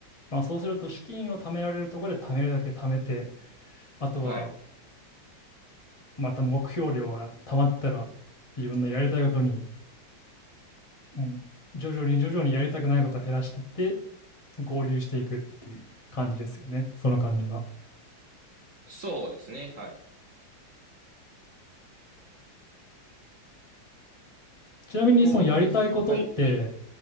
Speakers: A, on the left; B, on the right.
A: まあそうすると資金を貯められるところで貯めるだけ貯めて、あとは
B: はい。
A: また目標量が溜まったら自分のやりたいことに、もう徐々に徐々にやりたくないことを減らしてって合流していくっていう感じですよね。その感じは。
B: そうですね。はい。
A: ちなみにそのやりたいことって
B: どうですはい、はい、